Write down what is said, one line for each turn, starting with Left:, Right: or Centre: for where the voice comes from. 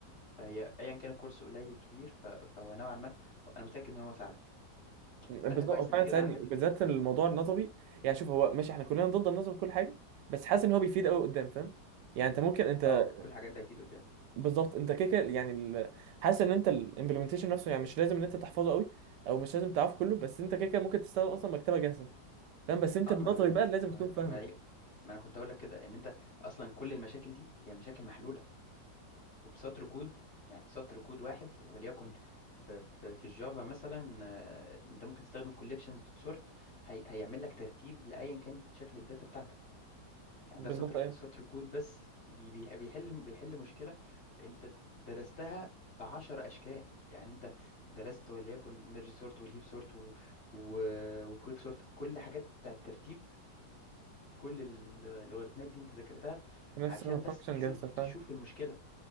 Left: فهي ايا كان الكورس قليل كبير ف- فهو نوعا ما انا متاكد ان هو ساعدك
Right: بالظبط
Left: فانت كويس
Right: هو فعلا
Left: انت كده
Right: ساعدني
Left: عندك
Right: وبالذات الموضوع النظري يعني شوف هو ماشي احنا كلنا ضد النظر في كل حاجه بس حاسس ان هو بيفيد قوي قدام فاهم يعني انت ممكن انت
Left: اه كل الحاجات دي اكيد قدام
Right: بالظبط انت كده كده يعني ال- حاسس ان انت الامبلمنتيشن نفسه يعني مش لازم ان انت تحفظه قوي او مش لازم تعرفه كله بس انت كده كده ممكن تستخدم اصلا مكتبه جاهزه فاهم بس انت
Left: اه
Right: النظري
Left: ما هو
Right: بقى لازم
Left: ما
Right: تكون
Left: هو
Right: فاهمه
Left: ما, هي- ما انا كنت اقول لك كده ان انت اصلا كل المشاكل دي هي مشاكل محلوله وبسطر كود يعني سطر كود واحد وليكن في في, في الجافا مثلا آه، انت ممكن تستخدم collections.sort هي هيعمل لك ترتيب لايا كانت شكل الداتا بتاعتك يعني
Right: بالظبط
Left: ده سطر
Right: ايه
Left: سطر كود بس بي- بي- بيحل بيحل مشكلة انت درستها بعشر اشكال يعني انت درست وليكن ميرج سورت والهيب سورت و... و... وكويك سورت كل حاجات بتاع الترتيب كل ال- اللوغاريتمات دي انت ذاكرتها
Right: الناس
Left: عشان
Right: تستخدم فانكشن
Left: بس تشوف
Right: جاهزه فاهم
Left: تشوف المشكلة